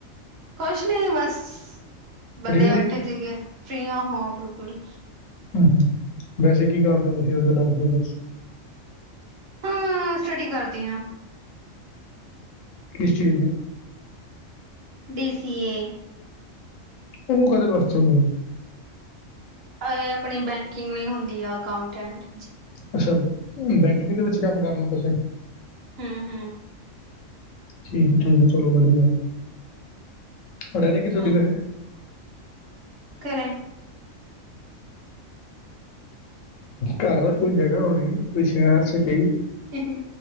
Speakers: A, on the right (about 50°); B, on the left (about 75°).
A: ਕੁਛ ਨੀ ਬਸ, ਬੇਲੇ
B: ਫ੍ਰੀ ਹੋ?
A: ਬੈਠੇ
B: ਹੂੰ
A: ਸੀਗੇ ਫਰੀਆਂ ਹਾਂ ਬਿਲਕੁਲ
B: ਹੂੰ-ਹੂੰ, ਵੈਸੇ ਕੀ ਕਰਦੇ ਹੋ ਤੁਸੀਂ ਆਪਦੇ ਲਾਈਫ ਦੇ ਵਿੱਚ?
A: ਹਾਂ ਸਟੱਡੀ ਕਰਦੀ ਹਾਂ
B: ਕਿਸ ਚੀਜ ਦੀ
A: ਬੀ ਸੀ ਏ
B: ਉਹ ਕਾਦੇ ਵਾਸਤੇ ਹੁੰਦੇ?
A: ਇਹ ਅਪਣੀ ਬੈਂਕਿੰਗ ਵੀ ਹੁੰਦੀ ਆ ਅਕਾਉਂਟੈਂਟ?
B: ਅੱਛਾ, ਬੈਂਕਿੰਗ ਦੇ ਵਿੱਚ ਕੰਮ ਕਰਨਨਾ ਤੁਸੀਂ।
A: ਹੂੰ-ਹੂੰ
B: ਠੀਕ-ਠੀਕ ਚਲੋ ਵਧੀਆ। ਰਹਣੇ ਕਿੱਥੋਂ
A: ਹਾਂ
B: ਦੀ ਵੈਸੇ?
A: ਘਰੇ
B: ਘਰ ਨਾ ਕੋਈ ਜਗ੍ਹਾ ਹੋਣੀ, ਕੋਈ ਸ਼ਹਿਰ, ਸਿਟੀ
A: ਹੀ-ਹੀ,